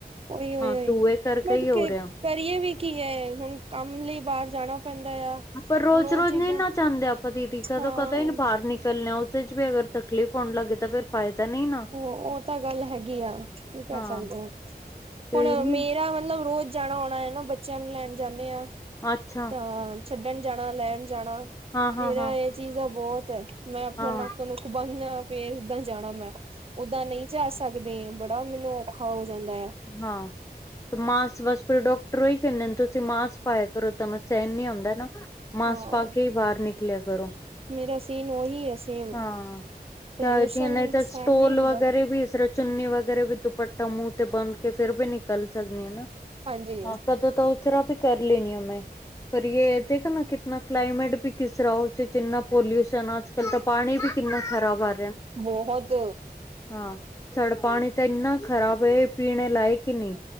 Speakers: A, on the right; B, on the left.
A: ਉਹੀ ਉ
B: ਹਾਂ ਧੂੰਏ ਕਰਕੇ
A: ਬਟ
B: ਹੀ ਹੋ ਰਿਹਾ
A: ਕਰੀਏ ਵੀ ਕੀ ਹੈ, ਹੁਣ ਕੰਮ ਲਈ ਬਾਹਰ ਜਾਣਾ ਪੈਂਦਾ ਆ
B: ਆਪਾਂ ਰੋਜ਼,
A: ਹੁਣ ਉਹ
B: ਰੋਜ਼
A: ਚੀਜ਼ਾਂ
B: ਨਹੀਂ ਨਾ ਚਾਹੁੰਦੇ, ਆਪਾਂ ਦੀਦੀ ਕਦੋਂ
A: ਹਾਂ
B: ਕਦੋਂ ਹੀ ਨ ਬਾਹਰ ਨਿਕਲਣੇ ਉਸਦੇ ਚ ਵੀ ਅਗਰ ਤ ਤਕਲੀ ਹੋਉਣ ਲੱਗੇ, ਤਾਂ ਫਿਰ ਫਾਇਦਾ ਨੀ ਨਹੀਂ ਨਾ।
A: ਹ ਉਹ ਤਾਂ ਗੱਲ ਹੈਗੀ ਆ ਕੀ ਕਰ
B: ਹਾਂ
A: ਸਕਦੇ ਆ
B: ਤੇ
A: ਹੁਣ
B: ਇਹ ਨੀ
A: ਮੇ ਜਿਹੜਾ ਮਤਲਬ ਰੋਜ਼ ਜਾਣਾ ਆਉਣਾ ਹੈ, ਨਾ ਬੱਚਿਆਂ ਨੂੰ ਲੈਣ ਜਾਂਦੇ ਆਾਂ।
B: ਅੱਛਾ।
A: ਆ ਛੱਡਣ ਜਾਣਾ ਲੈਣ ਜਾਣਾ
B: ਹਾਂ ਹਾਂ
A: ਮੇਰਾ
B: ਹਾਂ
A: ਇਹ ਚੀਜ਼ ਬਹੁਤ ਹੈ। ਮੈਂ ਆਪਣਾ
B: ਹਾਂ
A: ਨੱਕ ਨੁਕ ਬੰਨਣਾ ਫੇਰ ਦਾਂ ਜਾਣਾ ਮੈਂ। ਓਦਾਂ ਨਹੀਂ ਜਾ ਸਕਦੇ, ਬੜਾ ਮੈਨੂੰ ਔਖਾ ਹੋ ਜਾਂਦਾ ਆ।
B: ਹਾਂ। ਤੇ ਮਾਸ ਬਸ ਫਿਰ ਡਾਕਟਰ ਉਹੀ ਕਹਿੰਦੇ ਨੇ ਤੁਸੀਂ ਮਾਸ ਪਾਾਇਆ ਕਰੋ, ਤੁਹਾਨੂੰ ਸਹਿਣ ਨੀ ਆਉਂਦਾ ਨਾ। ਮਾਸ
A: ਹਾਂ
B: ਪਾ ਕੇ ਹੀ ਬਾਹਰ ਨਿਕਲਿਆ ਕਰੋ।
A: ਮੇਰਾ ਸੀਨ ਉਹੀ ਹੈ। ਸੇਮ
B: ਹਾਂ,
A: ਪੋਲਿਊਸ਼ਨ
B: ਨਹੀਂ ਤਾਂ
A: ਸਹਿਣ
B: ਸਟੋਲ
A: ਨਹੀਂ ਹੁੰਦਾ
B: ਵਗੈਰੇ ਬ ਚੁੰਨੀ ਵਗੈਰਾ ਵੀ ਦੁਪੱਟਾ ਮੂੰਹ ਤੇ ਬੰਦ ਕੇ ਫੇਰ ਵੀ ਨਿਕਲ ਸਕਦੀ ਹਨਾ,
A: ਹਾਂਜੀ
B: ਹੁਣ ਤਾਂ ਤਾਂ ਉਥਰਾ ਵੀ ਕਰ ਲੈਣੀ ਹ ਮੈਂ ਪਰ ਯ ਦੇਖ ਨਾ ਕਿਤਨਾ ਕਲਾਈਮੇਟ ਵੀ ਕਿਸ ਤਰਾਂ ਉਸ 'ਚ ਇੰਨਾ ਪੋਲਿਊਸ਼ਨ ਅੱਜ ਕਲ ਤਾਂ ਪਾਣੀ ਵੀ ਕਿੰਨਾ ਖਰਾਬ ਆ।
A: ਬਹੁਤ
B: ਹਾਂ ਸਾਡਾ ਪਾਣੀ ਤਾਂ ਇੰਨਾ ਖ਼ਰਾਬ ਹੈ ਪੀਣੇ ਲਾਇਕ ਨਹੀ।